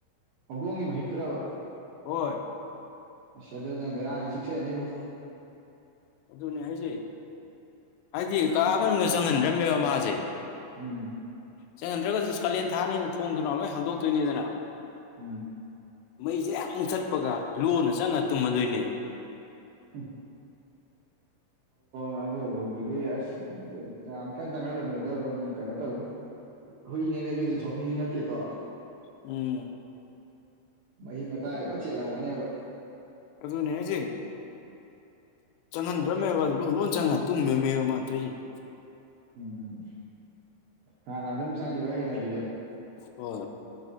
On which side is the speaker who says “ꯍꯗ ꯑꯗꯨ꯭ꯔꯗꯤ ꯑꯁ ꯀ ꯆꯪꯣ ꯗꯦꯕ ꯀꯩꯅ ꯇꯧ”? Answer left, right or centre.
Right